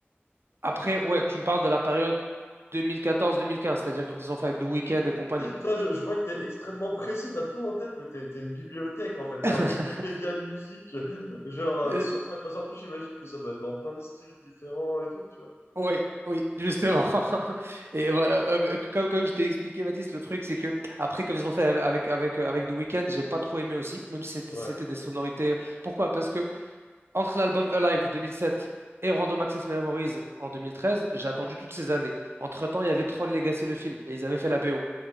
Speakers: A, on the right (about 65°); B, on the left (about 80°).
A: Après, ouais, tu me parles de la période 2014-2015, c'est-à-dire quand ils ont fait avec The Weeknd et compagnie.
B: Toi, je, je vois que t'es extrêmement précis, t'as tout en tête, mais t'es t'es une bibliothèque en fait, t'es
A: <laughs>
B: un Wikipédia de musique, <laughs> genre euh,
A: Euh,
B: sur pattes. Parce qu'en plus, j'imagine que ça doit être dans plein de styles différents et tout, tu vois.
A: Oui, oui, justement. <laughs> Et voilà, euh, c- comme, comme je t'ai expliqué, Baptiste, le truc, c'est que après, quand ils ont fait avec, avec, euh, avec The Weeknd, j'ai pas trop aimé aussi, même si c'était
B: Ouais,
A: c'était des sonorités. euh, Pourquoi? Parce que entre l'album Alive 2007 et Random Access Memories en 2013, j'ai attendu toutes ces années. Entre-temps, il y avait Tron Legacy, le film, et ils avaient fait la BO.